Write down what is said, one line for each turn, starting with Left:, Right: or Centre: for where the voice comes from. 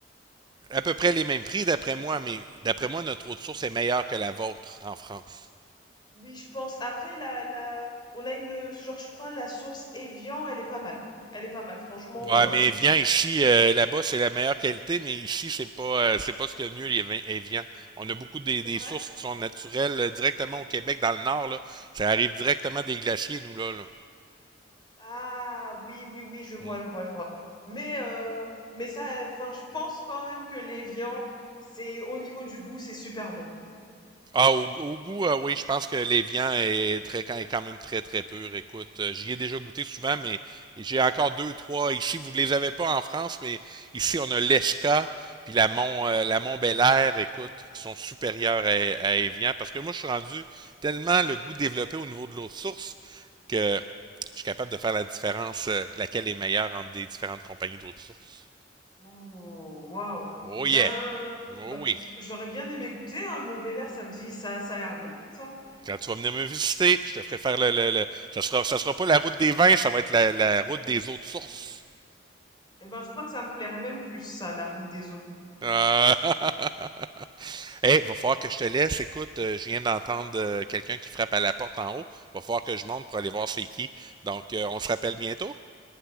Right: à peu près les mêmes prix d'après moi, mais d'après moi, notre eau de source est meilleure que la vôtre en France.
Left: Oui, je pense. Après, la, la, on a une, genre, je crois, la source Evian, elle est pas mal. Elle est pas mal, franchement.
Right: Ouais,
Left: euh,
Right: mais viens ici, euh, là-bas, c'est la meilleure qualité, mais ici, c'est pas, euh, c'est pas ce qu'il y a de mieux, les vins Evian. On a beaucoup des,
Left: C'est
Right: des
Left: vrai?
Right: sources qui sont naturelles euh, directement au Québec, dans le nord, là. Ça arrive directement des glaciers, nous, là, là.
Left: Ah, oui, oui, oui, je vois,
Right: Mm, mm.
Left: je vois, je vois. Mais, euh, mais ça, enfin, je pense quand même que l'Evian, c'est, au niveau du goût, c'est super bon.
Right: Ah, au, au goût, euh, oui, je pense que l'évian est très quand est quand même très très pur. Écoute, euh, j'y ai déjà goûté souvent, mais j'ai encore deux, trois ici. Vous ne les avez pas en France, mais ici on a l'Esca puis la Mont euh, la Mont Air, écoute, qui sont supérieures à, à Evian. Parce que moi, je suis rendu tellement le goût développé au niveau de l'eau de source que je suis capable de faire la différence, euh, laquelle est meilleure entre des différentes compagnies d'eau de source.
Left: Ouh, waouh.
Right: Oh
Left: Ben,
Right: yeah! Oh
Left: ben,
Right: oui!
Left: j'aurais bien aimé goûter, hein, le Mont-Bélier, ça me dit, ça, ça a l'air bon, ça.
Right: Quand tu vas venir me visiter, je te ferai faire le. le- le- Ça sera, ça sera pas la route des vins, ça va être la, la route des autres sources.
Left: Eh ben, je crois que ça me plairait même plus, ça, la route des eaux.
Right: Euh... <laughs> hey, va falloir que je te laisse. Écoute, euh, je viens d'entendre euh, quelqu'un qui frappe à la porte en haut. Va falloir que je monte pour aller voir c'est qui. Donc, euh, on se rappelle bientôt.